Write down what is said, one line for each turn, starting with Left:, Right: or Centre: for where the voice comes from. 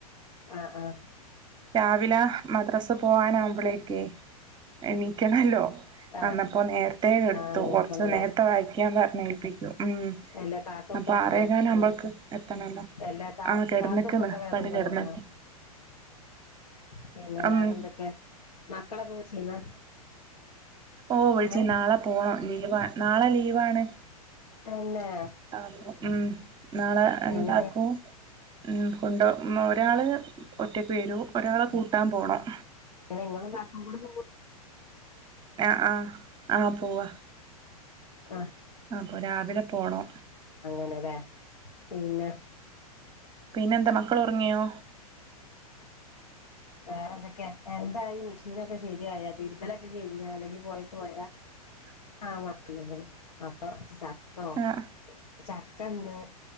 Left: ആഹ് ആഹ്
Right: രാവിലെ മദ്രാസ് പോവാന ആവുമ്പോളേക്കെ എണീക്കണല്ലോ
Left: ആ
Right: അന്നപ്പോ നേർ പ്രത്യേകം എടുത്തു
Left: ആ നീക്കണല്ലേ
Right: കുറച്ച് നേരത്തെ വായിക്കാൻ പറഞ്ഞേൽപ്പിക്കും ഉം
Left: എല്ലാ കാക്കൊക്കെ
Right: അപ്പൊ
Left: ഉറങ്ങിയാ
Right: ആറേ കാലമ്പക്ക് എത്തണല്ലോ
Left: എല്ലാ കാ
Right: ആഹ് കെടന്ന്ക്ക്ന്ന്
Left: കാക്കൊക്കെ എത്ര വേഗ
Right: ഇപ്പണ്ട്
Left: ഒക്കെ
Right: കെടന്ന്ക്ക്
Left: ഒറങ്ങോ പിന്നെ
Right: ഉം
Left: വേറെ എന്തൊക്കെ മക്കളൊക്കെ വിളിച്ചീന്നാ?
Right: ഓഹ് വിളിച്ചി
Left: ഏ
Right: നാളെ പോണം ലീവാ നാളെ ലീവാണ്
Left: തെന്നെ
Right: ആക്കും ഉം നാളെ എന്താക്കും
Left: എങ്ങനെ
Right: ഉം കൊണ്ടാ ഒരാള് ഒറ്റക്ക് വെരും ഒരാളെ കൂട്ടാൻ പോണം
Left: ഇങ്ങളും കാക്കും കൂടി പോവു
Right: ആഹ് ആഹ് ആഹ് പോവാ
Left: ആ
Right: ആപ്പൊ രാവിലെ പോണോ
Left: ആണ്ലേ പിന്നെ
Right: പിന്നെന്താ മക്കള് ഒറങ്ങിയോ
Left: വേറെ എന്തൊക്കെയാ എന്തായി മിഷീനൊക്കെ ശരിയായ തിരുമ്പലൊക്കെ കെയിഞ്ഞാ അല്ലെങ്കിൽ പൊയെ പോയാ? ആഹ് <unintelligible> അപ്പൊ ചക്കോ
Right: ആഹ്
Left: ചക്കന്ന്